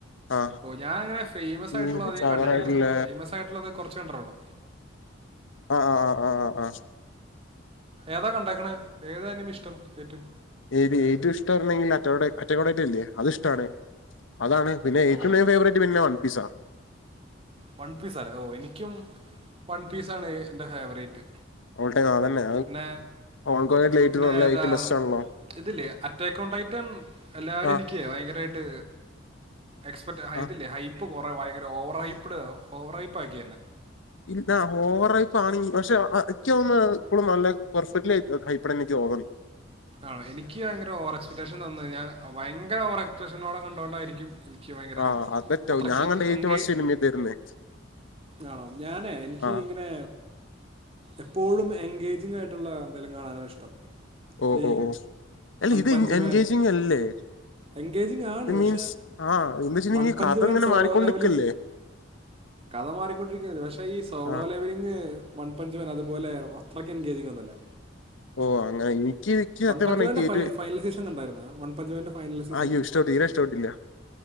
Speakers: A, on the left (about 70°); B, on the right (about 30°).
A: ആഹ്
B: ഓ ഞാന അങ്ങനെ ഫേമസ് ആയിട്ടുള്ളത്
A: ഈ
B: അധികം
A: ചവറായിട്ടുള്ള
B: കണ്ടിട്ടില്ല ഫേമസ് ആയിട്ടുള്ളത് കൊറച്ച് കണ്ടിട്ടുള്ളു.
A: അ അ അ അ അ അഹ്
B: ഏതാ കണ്ടേക്കണേ ഏതാ അനിമിഇഷ്ടം ഏറ്റും
A: ഏത് ഏറ്റും ഇഷ്ടമായിരണെങ്കിൽ അറ്റോകോടെ അറ്റോകോടെല്ലേ അത് ഇഷ്ട്ടാണ്. അതാണ് പിന്നെ
B: ഓ
A: ഏറ്റവും മെയിൻ ഫേവറേറ്റ് പിന്നെ വൺ പിസാണ്.
B: വൺ പീസ് അല്ലേ ഓ എനിക്കും വൺ പീസ ആണ് എന്റെ ഫേവറേറ്റ്
A: ഓൾടൈ ആ അതന്നെ
B: പിന്നെ
A: ഓൾ കോ ലേറ്റ്
B: പിന്നെ
A: ന്ന് പറഞ്ഞാ
B: ഏതാ
A: ഏറ്റും ബെസ്റ്റ് ആണല്ലോ
B: ഇതില്ലേ അറ്റക്ക് കോണ്ടായിട്ടൻ എല്ലാവരും
A: ആഹ്
B: എനിക്ക് ഭയങ്കരായിട്ട് എക്സ്പെക്ട് ഹൈ
A: ആഹ്
B: ഇല്ലേ ഹൈപ്പ് കുറേ ഭയങ്കര ഓവർ ഹൈപ്പ് ഓവർ ഹൈപ്പ് ആക്കി എന്നെ
A: <unintelligible> ഓവറയിപ്പാണങ്കി പക്ഷെ ഇക്കോന്നേ ഇപ്പോഴും നല്ല പെർഫെക്റ്റ്ലി ഹൈപ്പർ നിക്ക് തോന്ന്ണേ
B: ആണോ എനിക്ക് ഭയങ്കര ഓവർ എക്സ്പെക്ടേഷൻ തന്നുയ്ഞ്ഞാ ഭയങ്കര ഓർ എക്സ്പെക്ഷനോടെ കണ്ടോണ്ടായിരിക്കും എനിക്ക് ഭയങ്കര
A: ആഹ് അതറ്റാവും
B: അത്രക്ക്
A: ഞാൻ കണ്ട ഏറ്റവും
B: എങ്കേ
A: ഫസ്റ്റ് സിനിമ ഇതായിരുന്നേ
B: ആമ് ഞാനേ എനിക്ക്
A: ആഹ്
B: ഇങ്ങനെ എപ്പോഴും എൻഗേജിങ് ആയിട്ടുള്ള എന്തെങ്കിലും കാണാനിഷ്ട്ടം
A: ഓ
B: ഈ
A: ഓ ഓ അല്ല ഇത്
B: പഞ്ച്
A: എൻ എൻഗേജിങ്
B: മാൻ
A: അല്ലേ
B: എൻഗേജിങ് ആണ്
A: ഇത്
B: പക്ഷെ
A: മീൻസ് ആഹ് എന്തന്ന് വെച്ചിണ്ടെങ്കിൽ
B: വൺ പഞ്ച്
A: കഥ
B: മാൻ
A: ഇങ്ങനെ
B: സോളോ
A: മാറിക്കൊണ്ടിക്കല്ലേ?
B: ലെവലിംഗ് കഥ മാറിക്കൊണ്ടിരിക്കയാണ് പക്ഷേ ഈ സോളോ
A: ആഹ്
B: ലെവലിംഗ് വൺപഞ്ചബൻ അതുപോലെ അത്രക്ക് എൻഗേജിങ് ഒന്നുല്ല.
A: ഓ അങ്ങനെ എനിക്ക്
B: വൺ
A: സത്യം
B: പഞ്ചവന്റെ
A: പറഞ്ഞ എനിക്ക്
B: ഫ
A: ഏറ്റവും
B: ഫൈനൽ സീസൻ കണ്ടായിരുന്നോ വൺ പഞ്ചവന്റെ ഫൈനൽ സീസൺ
A: അയ്യോ ഇഷ്ടപ്പെട്ട തീരെ ഇഷ്ടപ്പെട്ടില്ല